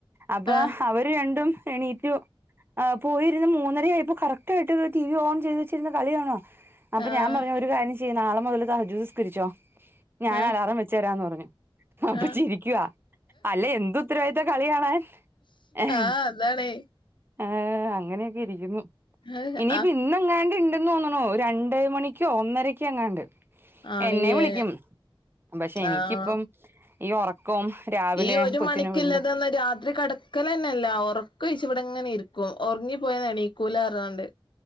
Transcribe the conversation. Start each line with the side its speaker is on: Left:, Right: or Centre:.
Right: അപ്പൊ
Left: ആഹ്
Right: അവര് രണ്ടും എണീറ്റു പോയിരുന്ന് മൂന്നര ആയപ്പോ കറക് ട്ട് ആയിട്ട് ടി വി ഓൺ ചെയ്ത് വെച്ചിര്ന്ന് കളികാണാ അപ്പ
Left: ആഹ്
Right: ഞാ പറഞ്ഞു ഒരു കാര്യം ചെയ് നളെ മുതല് സഹജുസ്കരിച്ചോ ഞാൻ
Left: ആഹ്
Right: അലാറം വെച്ചരാന്ന് പറഞ്ഞു അപ്പൊ
Left: ആഹ്
Right: ചിരിക്കുവാ. അല്ല എന്ത് ഉത്തരവാദിത്ത കളികാണാൻ എൻ
Left: ആഹ് അതാണേ
Right: ആ അങ്ങനെയൊക്കെ ഇരിക്കുന്നു
Left: ആഹ്
Right: ഇനിപ്പോ ഇന്ന എങ്ങാണ്ട് ഇണ്ടന്ന് തോന്ന്ണു രണ്ട് മണി യ്ക് ഒന്നരയ്ക് എങ്ങാണ്ട്
Left: ആണില്ലേ
Right: എന്നെ വിളിക്കും പഷെ എനിക്കിപ്പം
Left: ആഹ്
Right: ഈ ഉറക്കവും രാവിലെ
Left: ഈ ഒരു
Right: കൊച്ചിനെ
Left: മണിക്കില്ലതന്നെ
Right: വിടണ്ട
Left: രാത്രി കെടക്കലെന്നെല്ല ഉറക്ക ച് വ്ടങ്ങനെ ഇരിക്കും ഒറങ്ങിപോയ എണീക്കൂലർന്നാണ്ട്.